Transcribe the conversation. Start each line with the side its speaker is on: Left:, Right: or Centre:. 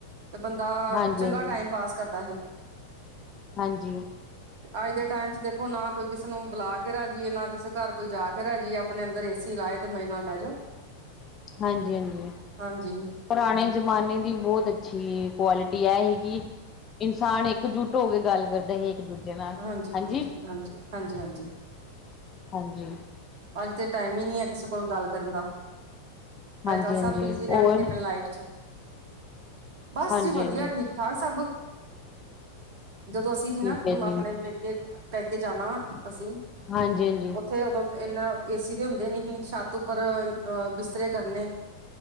Right: ਤੇ ਬੰਦਾ
Left: ਹਾਂਜੀ।
Right: ਚੰਗਾ ਟਾਈਮ ਪਾਸ ਕਰਦਾ ਹੀ।
Left: ਹਾਂਜੀ।
Right: ਅੱਜ ਦੇ ਟਾਈਮ ਚ ਦੇਖੋ ਨਾ ਕੋਈ ਕਿਸੇ ਨੂੰ ਬੁਲਾ ਕੇ ਰਾਜੀ ਏ, ਨਾ ਕਿਸੇ ਘਰ ਕੋਈ ਜਾ ਕੇ ਰਾਜੀ ਏ, ਆਪਣੇ ਅੰਦਰ ਏ ਸੀ ਲਾਏ ਤੇ ਮਜ਼ੇ ਨਾਲ ਬਹਿ ਜਾਓ।
Left: ਹਾਂਜੀ-ਹਾਂਜੀ
Right: ਹਾਂਜੀ
Left: ਪੁਰਾਣੇ ਜਮਾਨੇ ਦੀ ਬਹੁਤ ਅੱਛੀ ਕੁਆਲਿਟੀ ਇਹ ਕਰੇਗੀ ਇਨਸਾਨ ਇਕਜੁੱਟ ਹੋ ਕੇ ਗੱਲ ਕਰਦਾ ਸੀ। ਦੂਜੇ ਨਾਲ
Right: ਹਾਂਜੀ
Left: ਹਾਂਜੀ-ਹਾਂਜੀ
Right: ਹਾਂਜੀ ਹਾਂਜੀ ਹਾਂਜੀ ਹਾਂਜੀ ਅੱਜ ਦੇ ਟਾਈਮ ਹੀ ਨਹੀਂ ਹੈ ਕਿਸੇ ਕੋਲ ਗੱਲ ਕਰਨ ਦਾ
Left: ਹਾਂਜੀ,
Right: ਅੱਜ ਕੱਲ ਸਭ
Left: ਹਾਂਜੀ
Right: ਬਿਜ਼ੀ ਨੇ ਆਪਣੀ
Left: ਔਰ
Right: ਆਪਣੀ ਲਾਈਫ ਚ। ਬਸ
Left: ਹਾਂਜੀ,
Right: ਜੀ ਵਧੀਆ,
Left: ਹਾਂਜੀ
Right: ਠੀਕ ਠਾਕ ਸਭ। ਜਦੋਂ ਅਸੀਂ ਹੀ
Left: ਠੀਕ
Right: ਨਾ,
Left: ਹੈ ਜੀ।
Right: ਆਪਣੇ ਪੇਕੇ ਪੈਕੇ ਜਾਣਾ ਅਸੀਂ,
Left: ਹਾਂਜੀ, ਹਾਂਜੀ।
Right: ਉੱਥੇ ਉਦੋਂ ਇਨਾ ਏ ਸੀ ਤੇ ਹੁੰਦੇ ਨੀ ਸੀ, ਛੱਤ ਉੱਪਰ ਅਹ ਬਿਸਤਰੇ ਕਰਨੇ।